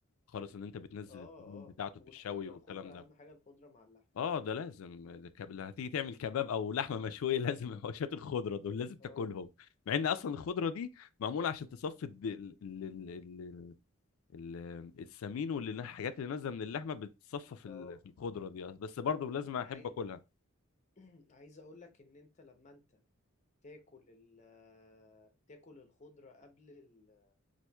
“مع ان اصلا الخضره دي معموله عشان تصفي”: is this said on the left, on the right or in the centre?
Left